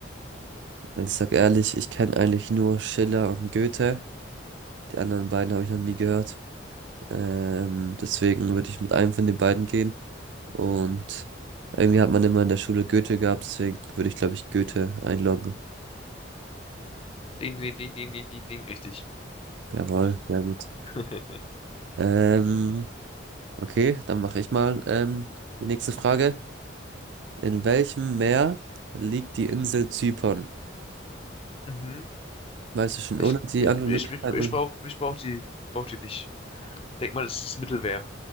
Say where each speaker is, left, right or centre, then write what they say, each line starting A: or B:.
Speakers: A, on the right; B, on the left.
A: Ich sag ehrlich, ich kenne eigentlich nur Schiller und Goethe. Die anderen beiden habe ich noch nie gehört. Ähm, deswegen würde ich mit einem von den beiden gehen. Und irgendwie hat man immer in der Schule Goethe gehabt, deswegen würde ich, glaube ich, Goethe einloggen.
B: Ding, ding, ding, ding, ding, ding, ding, richtig.
A: Jawohl, sehr gut.
B: <laughs>
A: Ähm, okay, dann mache ich mal ähm, die nächste Frage. In welchem Meer liegt die Insel Zypern?
B: Mhm.
A: Weißt du schon,
B: Ich,
A: ohne die
B: ich,
A: Antwortmöglichkeiten?
B: ich, ich, ich brauch, ich brauch die, brauch die nicht. Denk mal, das ist Mittelwehr.